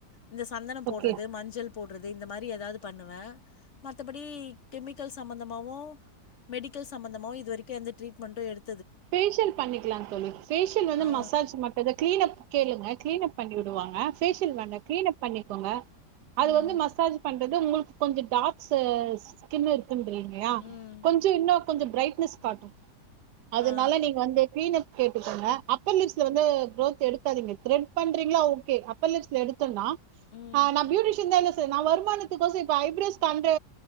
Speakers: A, on the left (about 50°); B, on the right (about 75°).
A: இந்த சந்தனம் போட்றது
B: ஓகே
A: மஞ்சள் போட்றது இந்த மாரி ஏதாது பண்ணுவேன் மத்தபடி கெமிக்கல் சம்பந்தமாகவும் மெடிக்கல் சம்பந்தமாவும் இதுவரைக்கும் எந்த ட்ரீட்மெண்ட்டும் எடு
B: பேஷியல் பண்ணிக்லாம் தோலி பேஷியல் வந்து
A: ஆ,
B: மசாஜ் மட்டும் தான் கிளீன் அப் கேளுங்க கிளீன் அப் பண்ணி விடுவாங்க ஆ பேஷியல் வேண்டா க்ளீன் அப் பண்ணி போங்க அது
A: ம்,
B: வந்து மசாஜ் பண்றது உங்களுக் கொஞ்ச டார்க்ஸ் ஸ்கின்னுருக்கு
A: ம்,
B: <unintelligible> கொஞ்ச இன்னு கொஞ்ச பிரைட்னஸ் காட்டும் அதனால
A: ஆ,
B: நீங்க வந்து கிளினப் கேட்டுக்கோங்க அப்பரிலிஸ்ட் வந்து க்ரோத் எடுக்காதீங்க த்ரெட் பண்றீங்களா ஓகே அப்பரிலிஸ்ட் எடுத்தோனா
A: ம்,
B: ஆஹ் நான் பியூடிஷன் இந்த நா வருமானத்துக்கோச இப்ப ஐப்ரோஸ் வந்து